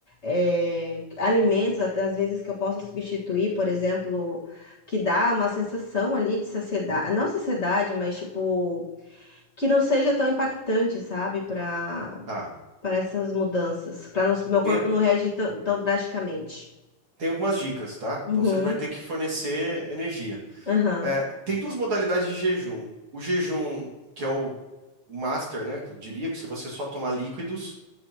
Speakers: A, on the left; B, on the right.
A: É, alimentos, até às vezes, que eu possa substituir, por exemplo, que dá uma sensação ali de saciedade, não saciedade, mas tipo, que não seja tão impactante, sabe, para
B: Tá.
A: para essas mudanças, para meu corpo
B: Tem,
A: não reagir tão, tão drasticamente.
B: tem algumas dicas, tá?
A: Uhum,
B: Então você vai ter que fornecer energia.
A: aham,
B: É, tem duas modalidades de jejum. O jejum, que é o o master, né? Eu diria que se você só tomar líquidos,